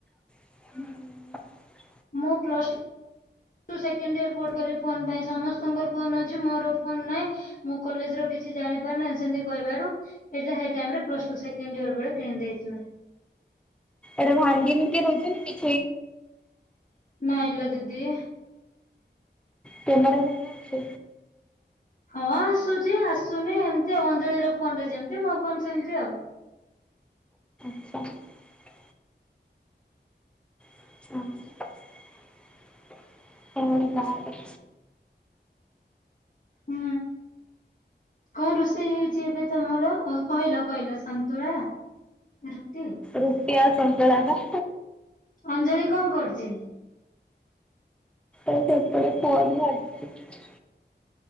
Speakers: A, in the centre; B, on the left (about 45°).
A: ହୁଁ।
B: ମୁଁ ପ୍ଲଟୁ ସେକେଣ୍ଡ ଇୟର ପଲି ଫୋନ ପାଇଁ ସମସ୍ତଙ୍କର ଫୋନ ଅଛି ମୋର ଫୋନ ନାହିଁ ମୁଁ କଲେଜ କି କିଛି ଜାଣିପାରୁ ନାଁ ସେମିତି କହିବାରୁ ଏ ସେ ଟାଇମ୍ ରେ ସେଣ୍ଡେ କିଣିଦେଥିଲେ।
A: ଏଟା ଭାଙ୍ଗି କି <inaudible>
B: ନାଇଁ ଲୋ ଦିଦି।
A: କ୍ୟାମେରା ଅଛି
B: ହଁ ଆସୁଛି ଆସୁ। ଶୁନି ଏମତି ଆଉ ଅଞ୍ଜଳି ର ଫୋନରେ ଯେମିତି ମୋ ଫୋନ ସେମିତି ଆଉ।
A: <unintelligible> <unintelligible> ଏମିତି ତାହେଲେ
B: ହୁଁ। କଣ ରୋଷେଇ ହେଇଛି ଏବେ ତମର କହିଲ କହିଲ ସନ୍ତୁଳା। ରୁଟି
A: ରୁଟି ଆଉ ସନ୍ତୁଳା ବା।
B: ଅଞ୍ଜଳି କଣ କରୁଛି?
A: ଏ ସେପଟେ ପୁଅ କୁ ଧରିଛି।